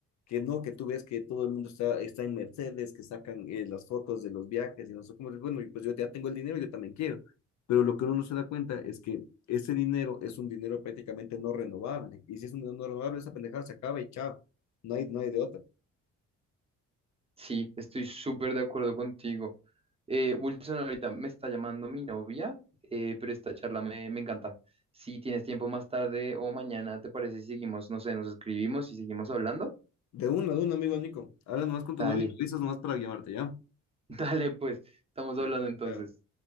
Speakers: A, on the left; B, on the right.
A: Que no, que tú ves que todo el mundo está, está en Mercedes, que sacan eh, las fotos de los viajes y no sé cómo. y Bueno, y pues yo ya tengo el dinero, yo también quiero. Pero lo que uno no se da cuenta es que ese dinero es un dinero prácticamente no renovable. Y si es un dinero no renovable, esa pendejada se acaba y chao. No hay, no hay de otra.
B: Sí, estoy súper de acuerdo contigo. Eh, Wilson, ahorita me está llamando mi novia, eh, pero esta charla me, me encanta. Si tienes tiempo más tarde o mañana, ¿te parece si seguimos, no sé, nos escribimos y seguimos hablando?
A: De una, de un amigo, Nico. Habla nomás con tu
B: Dale,
A: novio y dices nomás para llamarte, ¿ya?
B: <laughs> dale, pues, estamos
A: Ok,
B: hablando entonces.
A: Chao.